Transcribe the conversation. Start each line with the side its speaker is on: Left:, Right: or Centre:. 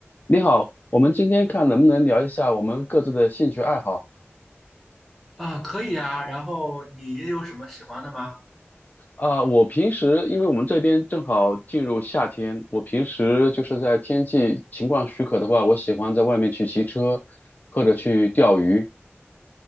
Left: 你好，我们今天看能不能聊一下我们各自的兴趣爱好。
Centre: 啊，可以啊。然后你也有什么喜欢的吗？
Left: 啊、我平时因为我们这边正好进入夏天，我平时就是在天气情况许可的话，我喜欢在外面去骑车或者去钓鱼。